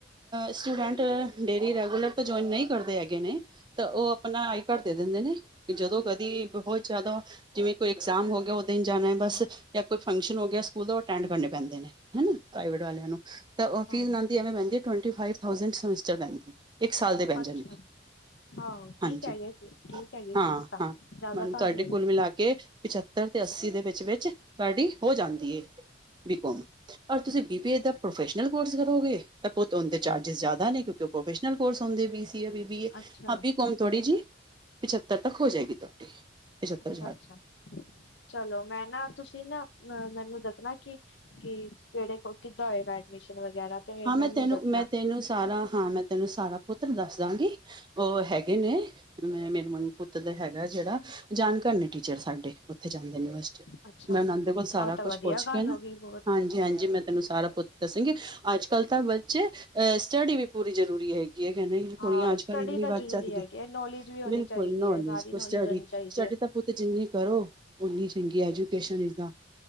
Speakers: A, on the right (about 25°); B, on the left (about 60°).
A: ਸਟੂਡੈਂਟ, ਡੇਲੀ ਰੈਗੂਲਰ ਤਾਂ ਜੁਆਇਨ ਨੀ ਕਰਦੇ ਹੈਗੇ ਨੇ। ਤ ਓ ਆਪਣਾ ਆਈ ਕਾਰਡ ਦੇ ਦਿੰਦੇ ਨੇ, ਜਦੋਂ ਕਦੀ ਬੋਹ ਜਾਦਾ, ਜਿਵੇਂ ਕੋਈ ਐਗਜ਼ਾਮ ਹੋ ਗਿਆ ਓ ਦਿਨ ਜਾਣਾ ਬਸ, ਜਾਂ ਕੋਈ ਫੰਕਸ਼ਨ ਹੋ ਗਿਆ ਸਕੂਲ ਦਾ, ਓ ਅਟੈਂਡ ਕਰਨੇ ਪੈਂਦੇ ਨੇ। ਹਨਾਂ ਪ੍ਰਾਈਵੇਟ ਵਾਲਿਆ ਨੂੰ, ਰ
B: ਹਾਂਜੀ
A: ਫੀਸ ਓਨਾਂ ਦੀ ਐਵੇਂ ਪਾਂਦੀ ਆ, ਟਵੇਂਟੀ ਫਾਇਵ ਥਾਉਜੇਂਟ, ਪਰ ਸਮੈਸਟਰ ਪੈਂਦੀ। ਇੱਕ ਸਾਲ ਦੇ ਬੈ ਜਾਣਗੇ।
B: ਅੱਛਾ ਆਹੋ ਠੀਕ
A: ਹਾਂਜੀ,
B: ਹੈਗੇ ਠੀਕ ਹੈਗੀ
A: ਹਾਂ-ਹਾਂ,
B: ਫੀਸ ਤਾਂ ਜ਼ਿਆਦਾ
A: ਮਨ
B: ਤਾਂ
A: ਤੁਹਾਡੇ
B: ਨਹੀਂ ਹੈਗੀ
A: ਕੋਲ ਮਿਲਾ ਕੇ ਪਿੱਛ ਤਰ ਤੇ ਅੱਸੀ ਦੇ ਵਿੱਚ-ਵਿਚ, ਤੁਹਾਡੀ ਹੋ ਜਾਂਦੀ
B: ਹਾਂ
A: ਏ। ਬੀਕੋਮ, ਓਰ ਤੁਸੀਂ ਬੀਬੀਏ ਦਾ ਪ੍ਰੋਫੈਸ਼ਲ ਕੋਰਸ ਕਰੋਗੇ। ਤਾਂ ਪੁੱਤ ਉਦੇ ਚਾਰਜਿਸ ਜਾਦਾ ਨੇ, ਕਿਉਂਕਿ ਓ ਪ੍ਰੋਫੈਸ਼ਨਲ ਕੋਰਸ ਹੁੰਦੇ B C, B B A,
B: ਅੱਛਾ
A: ਹਾਂ ਬੀ ਹੂਨ ਥੋੜੀ ਜੀ, ਪਚੱਤਰ ਤੱਕ ਹੋ ਜਾਏਗੀ ਤੁਹਾਡੀ, ਪਚੱਤਰ
B: ਅੱਛਾ
A: ਹਜ਼ਾਰ
B: ਅੱਛਾ
A: ਤੱਕ।
B: ਚਲੋ ਮੈਂ ਨਾ, ਤੁਸੀਂ ਨਾ ਅ ਮੈਨੂੰ ਦੱਸਣਾ ਕਿ, ਕਿ ਕਿਹੜੇ ਕੋ ਕਿੱਦਾਂ ਹੋਏਗਾ, ਐਡਮਿਸ਼ਨ ਵਗੈਰਾ। ਤੇ
A: ਹਾਂ
B: ਮੈਨੂੰ
A: ਮੈਂ ਤੈਨੂੰ,
B: ਦੱਸਣਾ
A: ਮੈਂ ਤੈਨੂੰ ਸਾਰਾ, ਹਾਂ ਮੈਂ ਤੈਨੂੰ ਸਾਰਾ ਪੁੱਤਰ ਦੱਸ ਦਾਂਗੀ। ਉਹ ਹੈਗੇ ਨੇ ਮੇਰੇ ਮਨ ਪੁੱਤ ਦਾ ਹੈਗਾ ਜਿਹੜਾ, ਜਾਣ ਕਾਰ ਟੀਚਰ ਨੇ ਸਾਡੇ, ਉੱਥੇ ਜਾਂਦੇਨੇ
B: ਅੱਛਾ
A: ਮੈਂ ਉਹਦੇ ਕੋਲ ਸਾਰਾ
B: ਆਹ ਤਾਂ
A: ਕੁਛ
B: ਵਧੀਆ
A: ਪੁੱਛ ਕੇ
B: ਗੱਲ
A: ਨਾ,
B: ਹੋ ਗਈ ਬਹੁਤ
A: ਹਾਂਜੀ-ਹਾਂਜੀ, ਮੈਂ ਤੈਨੂੰ ਸਾਰਾ ਪੁੱਤ ਦੱਸਣਗੇ। ਅੱਜ ਕੱਲ੍ਹ ਤਾਂ ਬੱਚੇ, ਅਹ ਸਟੱਡੀ ਵੀ ਪੂਰੀ ਜ਼ਰੂਰੀ ਹੈਗੀ। ਕਹਿੰਦੇ
B: ਹਾਂ
A: ਕੁੜੀਆਂ, ਅੱਜ
B: ਸਟੱਡੀ
A: ਕੱਲ ਇੰਨੀ
B: ਤਾਂ
A: ਵੱਧ
B: ਜ਼ਰੂਰੀ
A: ਚੱਲ
B: ਹੈਗੀ
A: ਗਏ,
B: ਹੈ ਨੌਲੇਜ ਵੀ ਹੋਣੀ
A: ਬਿਲਕੁਲ।
B: ਚਾਹੀਦੀ
A: ਨੌਲੇਜ
B: ਹੈ ਸਾਰੀ ਨੌਲੇਜ
A: ਸਟੱਡੀ
B: ਹੋਣੀ ਚਾਹੀਦੀ
A: -ਸਟੱਡੀ
B: ਹੈ
A: ਤਾਂ ਪੁਤ ਜਿੰਨੀ ਕਰੋ, ਉਨੀ ਚੰਗੀ ਹੈ ਐਜੂਕੇਸ਼ਨ ਦਾ।